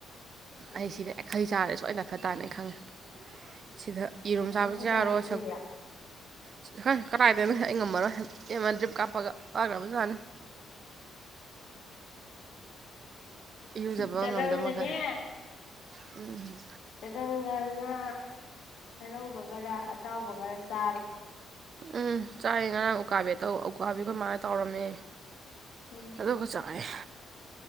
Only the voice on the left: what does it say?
ꯎꯝ
ꯅꯪ ꯍꯩ
ꯆꯥꯒꯦ ꯈꯜꯂꯤꯔꯣ
ꯆꯒꯪꯒꯅꯦ
ꯆꯒꯪꯒ ꯉꯥ ꯑꯔꯧꯕꯒꯔ ꯑꯇꯥꯎꯕꯒꯔ ꯆꯥꯔꯣ
ꯎꯝ